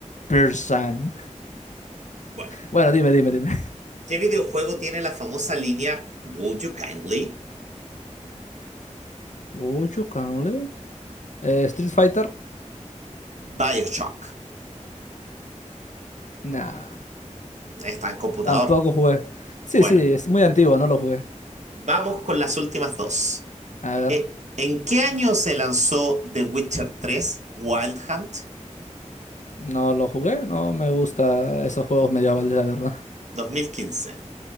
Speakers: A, on the left; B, on the right.
A: Pearson.
B: bueno.
A: Bueno, dime, dime, dime.
B: ¿Qué videojuego tiene la famosa línea Would you kindly?
A: Ocho, cale. Eh, Street Fighter,
B: BioShock.
A: nah,
B: Está en computador.
A: tampoco jugué. Sí,
B: Bueno,
A: sí, es muy antiguo, no lo jugué.
B: vamos con las últimas dos.
A: A ver,
B: Eh, ¿en qué año se lanzó The Witcher tres Wild Hunt?
A: no lo jugué, no me gusta esos juegos medievales,
B: Ah,
A: la verdad.
B: 2015.